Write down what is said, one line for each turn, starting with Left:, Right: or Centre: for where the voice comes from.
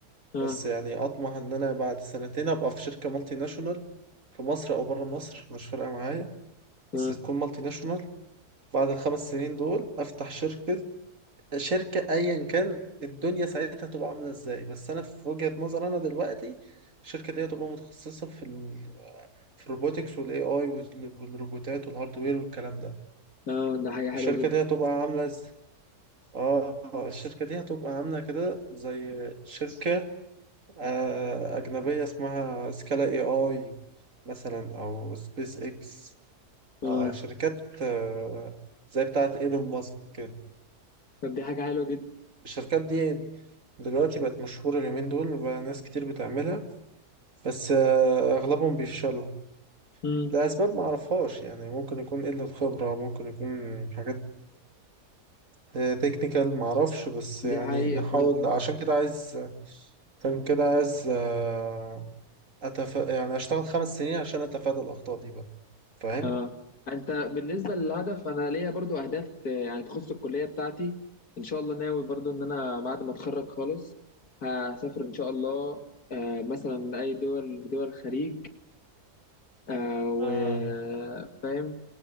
Left: اه
Right: بس يعني اطمح ان انا بعد سنتين ابقى في شركه مالتي ناشونال في مصر او بره مصر مش فارقه معايا بس
Left: اه
Right: تكون مالتي ناشونال بعد الخمس سنين دول افتح شركه شركة أيا كان الدنيا ساعتها تبقى عاملة إزاي بس أنا في وجهة نظر أنا دلوقتي الشركة دي هتبقى متخصصة في ال في الروبوتكس والاي اي والروبوتات والهاردوير والكلام ده
Left: اه ده حاجه
Right: الشركة
Left: حلوه جدا
Right: دي هتبقى عاملة ز... اه الشركة دي هتبقى عاملة كده زي شركة آه، أجنبية اسمها سكالا اي اي مثلا أو سبيس اكس
Left: اه
Right: آه، شركات آه، زي بتاعة ايلون ماسك كده
Left: طب دي حاجه حلوه جدا
Right: الشركات دي دلوقتي بقت مشهورة اليومين دول وبقى ناس كتير بتعملها بس آه، أغلبهم بيفشلوا
Left: امم
Right: لأسباب معرفهاش يعني ممكن يكون قلة خبرة ممكن يكون حاجات تكنيكال معرفش بس يعني
Left: دي حقيقه
Right: نحاول عشان كده عايز عشان كده عايز آه، أتف... يعني أشتغل خمس سنين عشان أتفادى الأخطاء دي بقى فاهم؟
Left: اه انت بالنسبه للهدف انا ليا برضو اهداف آه، يعني تخص الكليه بتاعتي ان شاء الله ناوي برضو ان انا بعد ما اتخرج خالص هسافر ان شاء الله آه، مثلا اي دول دول الخليج آه، وفاهم
Right: آه